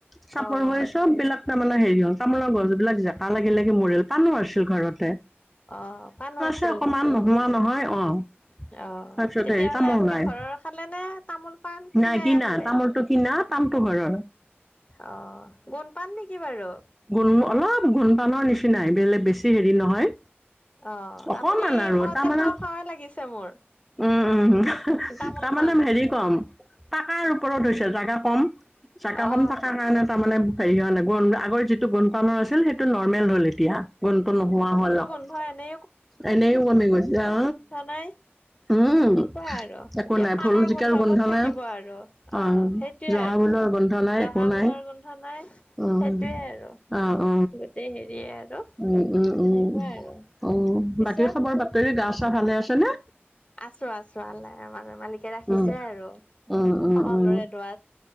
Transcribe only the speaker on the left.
অ'
অ পানো আছিল,
অ
তেতিয়াহ'লে
আপুনি
ঘৰৰ খালে নে, তামোল-পাণ
কিনাই
খালে?
অ, গোন্ধপাম নেকি বাৰু?
অ,
আপুনি
কওঁতে,
খাওঁ-খাওঁৱে লাগিছে মোৰ।
তামোলখন
অ
হয়, এনে
নাই
সেনেকুৱা আৰু
এতিয়া
পাণৰ
ক'ত থাকিব
আৰু
সেইটোয়ে
আৰু
জহা
ফুলৰ গোন্ধ নাই
সেইটোয়ে আৰু
গোটেই হেৰিয়ে আৰু
সেনেকুৱা
আৰু
পিছত
আছোঁ, আছোঁ। আল্লাহ আমাৰ মালিকে ৰাখিছে
আৰু সকলোৰে
দোৱাত।